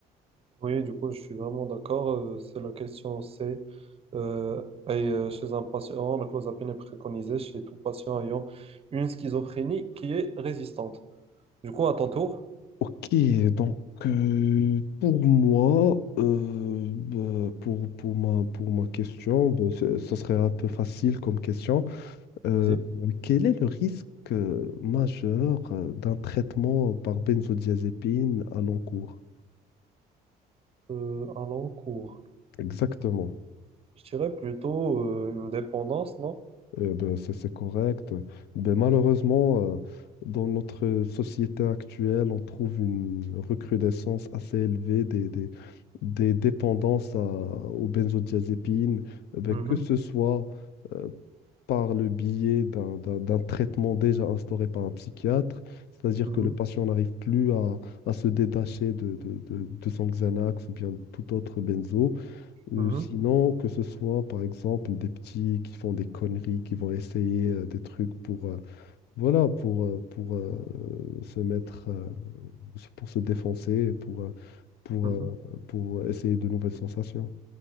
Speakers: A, on the right (about 35°); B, on the left (about 75°).
A: Oui, du coup, je suis vraiment d'accord. Euh, C'est la question, c'est euh, et, euh, chez un patient, la clozapine est préconisée chez tout patient ayant une schizophrénie qui est résistante. Du coup, à ton tour,
B: Ok, donc euh, pour moi, euh, bah, pour, pour ma, pour ma question, bah, ce- ça serait un peu facile comme question. Euh,
A: vas-y.
B: quel est le risque euh, majeur euh, d'un traitement par benzodiazépine à long cours?
A: Euh, à l'encours.
B: Exactement.
A: Je dirais plutôt euh, une dépendance, non?
B: Eh ben, c'est c'est correct. Ben, malheureusement, euh, dans notre société actuelle, on trouve une recrudescence assez élevée des, des, des dépendances à- aux benzodiazépines, Eh ben,
A: Mhm,
B: que ce soit euh, par le biais d'un d'un- d'un traitement déjà instauré par un psychiatre, c'est-à-dire
A: mhm,
B: que le patient n'arrive plus à, à se détacher de, de, de, de son Xanax ou bien tout autre benzo. Euh,
A: mhm,
B: sinon, que ce soit par exemple des petits qui font des conneries, qui vont essayer euh, des trucs pour, euh, voilà, pour, euh, pour euh, se mettre, euh, se- pour se défoncer, et pour, euh, pour,
A: mhm.
B: euh, pour essayer de nouvelles sensations.